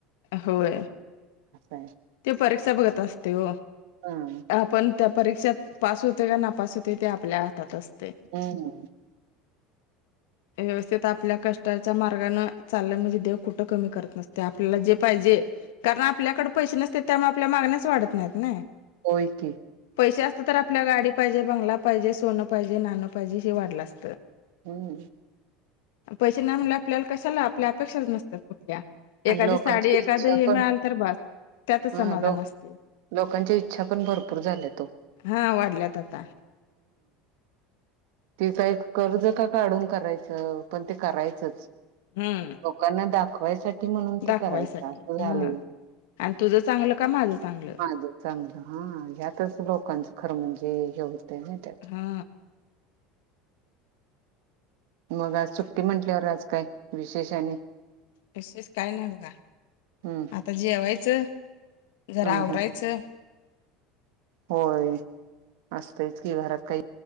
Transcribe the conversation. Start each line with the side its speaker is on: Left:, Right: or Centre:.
Left: होय
Right: आहे.
Left: ते परीक्षा बघत असते हो
Right: हा.
Left: आपण त्या परीक्षेत पास होते का ना पास होते ते आपल्या हातात असते
Right: हम
Left: व्यवस्थित आपल्या कष्टा म चा म्हणजे दे कुठ क करत नते आपल्याला जे पाहिजे कारण आपल्याकडडे पै न त्यामुळे आपल्या मागण्यास वाढत नाहीत नाही
Right: हो क
Left: पैसे असतात तर आपल्याला गाडी पाहिजे बंगला पाहिजे सोनं पाहिजे नाणं पाहिजे हे वाढलं असतं
Right: हम्म
Left: पैसे नाही म्हणले आपल्याला कशाला आपल्या अपेक्षाच नसतात कुठल्या.
Right: आणि
Left: एखादी
Right: लोकांची
Left: साडी एखाद
Right: इच्छा
Left: हे मिळाल
Right: पण
Left: तर बास. त्यातच
Right: हा
Left: समाधान
Right: लोक.
Left: असते
Right: लोकांच्या इच्छा पण भरपूर झाल्यात ओ.
Left: हा वाढल्यात आता.
Right: तिचा एक कर्ज का काढून करायचं, पण ते करायचंच.
Left: हम्म
Right: लोकांना दाखवायसाठी म्हणून
Left: दाखवायसाठी
Right: ते करायचं असं
Left: हा
Right: झालय.
Left: आणि तुझं चांगलं का माझं चांगलं
Right: माझं चांगलं हा यातच लोकांचं खरं म्हणजे एवढ ते नई त्यात
Left: हा
Right: मग आज सुट्टी म्हंटल्यावर आज काय, विशेष आणि?
Left: विशेष काय नाही बघा.
Right: हम्म
Left: आता जेवायचं जरा
Right: हम्म
Left: आवरायचं
Right: हम्म होय असत इत कि घरात काही